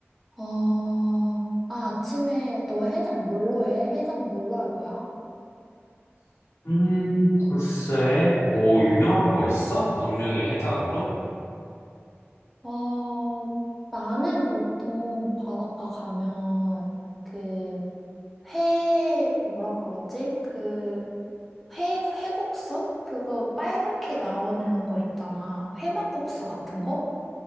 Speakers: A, in the centre; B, on the left (about 80°).
A: 어, 아, 아침에 너 해장 뭘로 해? 해장 뭘로 할 거야?
B: 음, 글쎄, 뭐, 유명한 거 있어? 강릉의 해장으로?
A: 어, 나는 보통 바닷가 가면, 그, 회, 뭐라 그러지? 그, 회, 회국수? 그거 빨갛게 나오는 거 있잖아. 회막국수 같은 거?